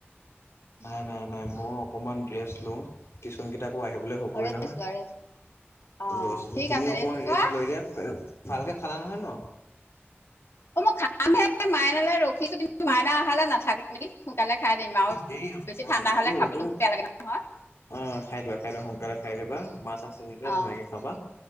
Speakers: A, on the left; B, on the left.
A: নাই নাই নাই মই অকমান ড্ৰেছ লওঁ টিচন কেইটাকো আহিবলৈ হ'বই
B: ৰেষ্ট
A: নহয়।
B: লোৱা ৰেষ্ট অঁ
A: ৰেষ্ট
B: ঠিক
A: লওঁ, তুমি
B: আছে
A: অকমান
B: লোৱা
A: ৰেষ্ট লৈ দিয়া। ভালকে খালা নহয় ন?
B: অ মই খামহে মাইনালৈ ৰখিছো কিন্তু মাইনা অহালে নাথাকো। আনকি সোনকালে খাই দিম আৰু
A: দেৰি হ'ব
B: বেছি
A: অ
B: ঠাণ্ডা
A: দেৰি
B: হ'লে
A: হ'বতো।
B: খাবলৈও বেয়া লাগে নহয়।
A: অ খাই দিবা খাই দিব সোনকালে খাই দিবা, মাছ- <unintelligible>
B: অঁ
A: ধুনীয়াকে খাবা।